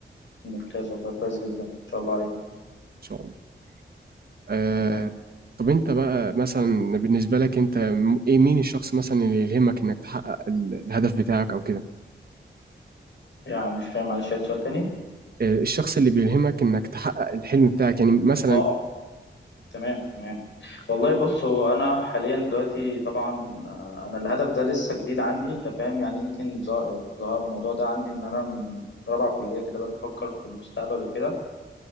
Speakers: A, on the left; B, on the right.
A: ممتاز والله كويس جدا ان شاء الله عليك
B: ان شاء الله أه
A: تمام
B: طب انت بقى مثلا بالنسبه لك انت م- ايه مين الشخص مثلا اللي يلهمك انك تحقق ال- الهدف بتاعك او كده
A: يعني مش فاهم معلش عايز سؤال تاني
B: آه، الشخص اللي بيلهمك انك تحقق الحلم بتاعك يعني مثلا
A: اه اه تمام تمام والله بص هو انا حاليا دلوقتي طبعا آه، انا الهدف ده لسه جديد عندي انت فاهم يعني يمكن ظ- ظهر الموضوع ده عندي ان انا من رابعه كليه كده بدات افكر في المستقبل وكده